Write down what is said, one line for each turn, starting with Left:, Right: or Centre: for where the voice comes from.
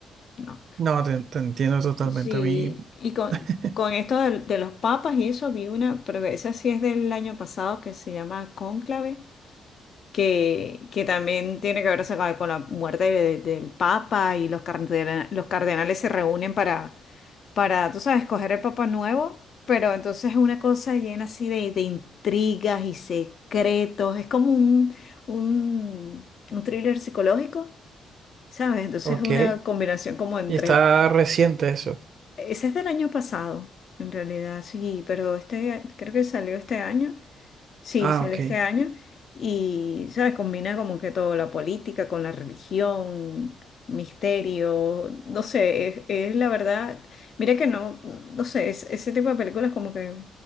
Left: no.
Right: No, te, te entiendo totalmente.
Left: Sí,
Right: A mí,
Left: y con,
Right: <laughs>
Left: con esto del- de, los papas y eso vi una, pero esa sí es del año pasado que se llama Cónclave, que, que también tiene que ver o sea, con, con la muerte de- del papa y los cardena- los cardenales se reúnen para para, tú sabes, coger el papá nuevo, pero entonces es una cosa llena así de, de intrigas y secretos, es como un, un, un thriller psicológico, ¿sabes? Entonces
Right: ok.
Left: es una combinación como entre...
Right: Y está reciente eso.
Left: Ese es del año pasado, en realidad, sí, pero este creo que salió este año Sí,
Right: Ah,
Left: sale
Right: ok.
Left: este año y, ¿sabes? Combina como que todo, la política con la religión, misterio, no sé, es, es la verdad, mira que no, no sé, es- ese tipo de películas como que